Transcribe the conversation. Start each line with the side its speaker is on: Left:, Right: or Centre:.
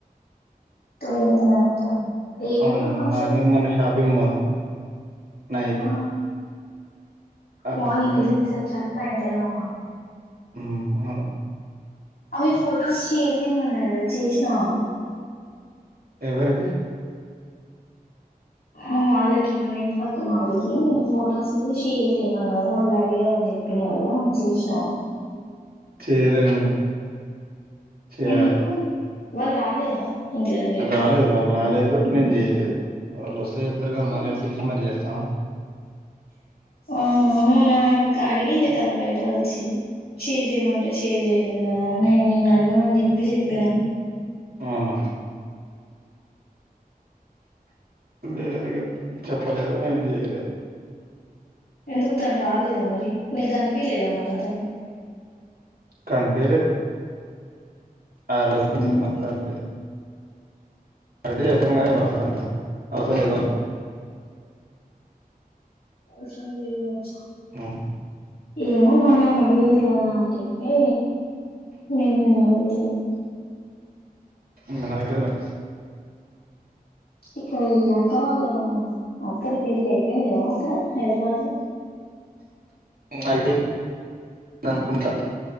Left: ట్వల్త్ నైటా ఏ
Right: అవును
Left: ఊర్లో ఫంక్షన్
Right: మార్నింగ్ మనం షాపింగ్ పోదాం నైట్
Left: ఆ
Right: అక్కడికి
Left: మార్నింగ్ వెళ్ళేసి వచ్చాక నైట్ వెల్దామా
Right: ఉ అవును
Left: అవి ఫొటోస్ షేర్ చేయమన్నా కదా చేసినావా
Right: ఎవరికి
Left: ఉ వాళ్ళకి మన ఇంటి పక్కన వాళ్ళకి ఫొటోస్ షేర్ చేయమన్నా కదా వాళ్ళు అడిగారని చెప్పి కదా చేసినావా
Right: చేయలేదు ఇంగా చేయాలి
Left: ఎందుకు వాళ్ళు రాలేదా ఇంటి దగ్గరికి
Right: రాలేదు వాళ్ళు రాలేదు నేను చేయలేదు వాళ్ళు వస్తే చెత్తరు కానీ మనమే
Left: ఉహు
Right: పిలిచి మరి చేస్తామా
Left: అవునా మొన్న అక్క అడిగింది తను బయట కలిసి షేర్ చేయమంటే షేర్ చేయలేదు కదా అని నేను నిన్న అడగమని చెప్పి చెప్పిన
Right: అవునా లేదిక చెప్పలేదు నేను చేయలేదు
Left: ఎందుకు తను రాలేదా మరి నీకు కనిపిలేదా మళ్ళా తను
Right: కనిపిలేదు ఆ రోజు నుంచి
Left: అవును
Right: మళ్ళ రానే లేదు <inaudible> మనకంతా అసరం లేదు
Left: అవసరం లేదు కావచ్చు
Right: ఉమ్,
Left: ఏమో మొన్న అడిగింది కదా అని చెప్పి నేను నిన్ను అడుగుతున్నా
Right: నన్ను అడగలేదు మరి
Left: ఇక్కడ ఈ అక్క వాళ్ళ అక్కది పెళ్ళి అయిపోయింది కదా అక్కడ హైదరాబాద్ లో
Right: అయిపోయింది అనుకుంటా